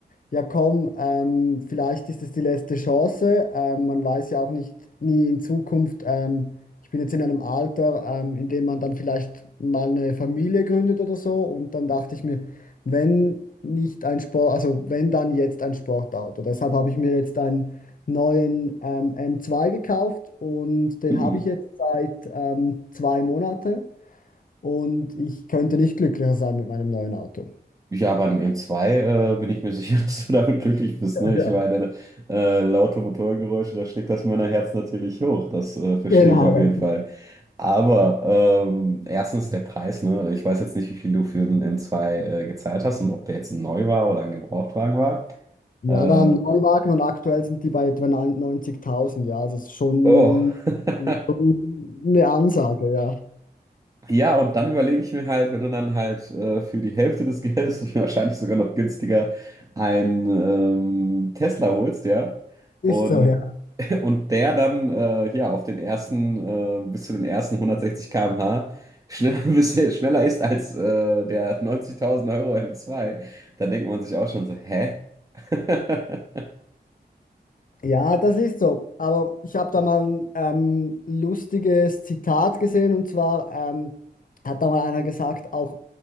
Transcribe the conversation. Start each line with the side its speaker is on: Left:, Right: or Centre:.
Left: ja komm, ähm, vielleicht ist es die letzte Chance. Ähm, man weiß ja auch nicht nie in Zukunft. Ähm, ich bin jetzt in einem Alter, ähm, in dem man dann vielleicht mal eine Familie gründet oder so und dann dachte ich mir, wenn nicht ein Sport, also wenn dann jetzt ein Sportauto. Deshalb habe ich mir jetzt ein neuen ähm, M2 gekauft und den
Right: Hm.
Left: habe ich jetzt seit ähm, zwei Monate und ich könnte nicht glücklicher sein mit meinem neuen Auto.
Right: Ja, bei einem M2 äh, bin ich mir sicher, <laughs> dass du damit glücklich bist. Ne?
Left: Ja,
Right: Ich meine, äh, laute Motorgeräusche, da schlägt das Männerherz natürlich hoch. Das äh, verstehe
Left: Genau.
Right: ich auf jeden Fall. Aber ähm, erstens der Preis. Ne? Ich weiß jetzt nicht, wie viel du für einen M2 äh, gezahlt hast und ob der jetzt neu war oder ein Gebrauchtwagen war.
Left: Ja,
Right: Äh,
Left: waren Neuwagen und aktuell sind die bei etwa 90.000, ja, also es ist schon
Right: oh. <laughs>
Left: schon eine Ansage, ja.
Right: Ja, und dann überlege ich mir halt, wenn du dann halt äh, für die Hälfte des Geldes <laughs> und wahrscheinlich sogar noch günstiger einen ähm, Tesla holst, ja.
Left: Ist
Right: Und
Left: so, ja.
Right: Und der dann äh, hier auf den ersten, äh, bis zu den ersten 160 km/h schneller, <laughs> bis er schneller ist als äh, der 90.000 Euro m zwei, dann denkt man sich auch schon so, hä? <laughs>
Left: Ja, das ist so. Aber ich habe da mal ein ähm, lustiges Zitat gesehen und zwar ähm, hat da mal einer gesagt, auch